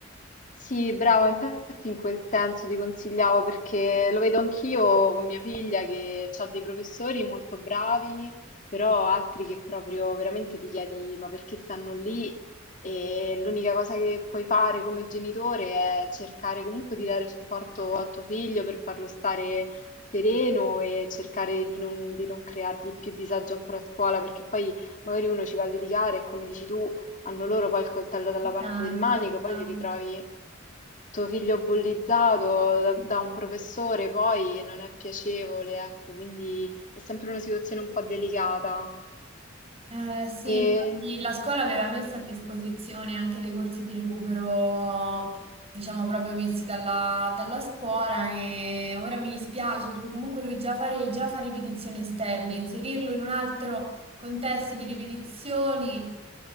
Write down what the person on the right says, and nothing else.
Tanto,
tanto.
Eh, sì,
infatti la scuola aveva messo a disposizione anche dei corsi di recupero, diciamo proprio messi dalla, dalla scuola e ora mi dispiace perché comunque lui già fare, già fa ripetizioni esterne, inserirlo in un altro contesto di ripetizioni,